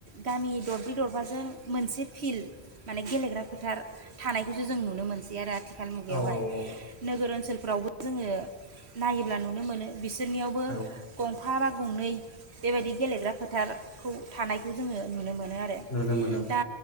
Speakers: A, on the right; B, on the left.
A: गामि दरब्रै दरबाजों मोनसे फिल्ड माने गेलेग्रा फोथार थानायखौसो जों नुनो मोनसै आरो आथि आथिखाल मुगायावहाय
B: औ औ
A: नोगोर ओ ओनसोलफ्रावबो जोङो नायोब्ला नुनो मोनो। बिसोरनियावबो
B: औ
A: गं था बा गंनै बेबायदि गेलेग्रा फोथारखौ थानायखौ जोङो नुनो मोनो। मोनो आरो
B: नुनो मोनो
A: दा